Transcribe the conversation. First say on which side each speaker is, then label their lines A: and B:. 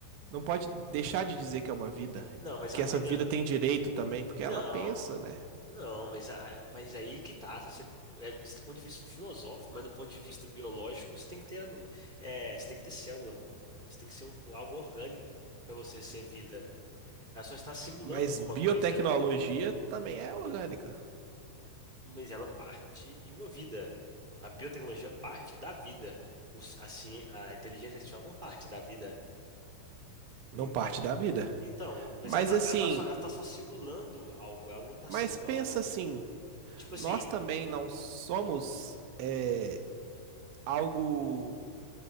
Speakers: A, on the right; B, on the right.
A: não pode deixar de dizer que é uma vida
B: Não, mas
A: e que
B: a vida.
A: essa vida tem direito também, porque
B: Não,
A: ela pensa, né?
B: não, mas, a- mas aí que tá. Se você, é, isso do ponto de vista filosófico, mas do ponto de vista biológico, você tem que ter, é, você tem que ter célula. Você tem que ser um, um algo orgânico para você ser vida. Ela só está simulando
A: Mas
B: alguma
A: biotecnologia
B: coisa.
A: também é orgânica,
B: Mas ela parte de uma vida. A biotecnologia parte da vida. O ci- a, ci- a inteligência artificial não parte da vida.
A: não
B: Então,
A: parte da vida.
B: então, mas
A: Mas
B: ela tá,
A: assim,
B: ela tá só, ela tá só simulando algo, ela não tá
A: mas
B: sendo
A: pensa
B: algo.
A: assim,
B: Tipo assim,
A: nós também não somos é, algo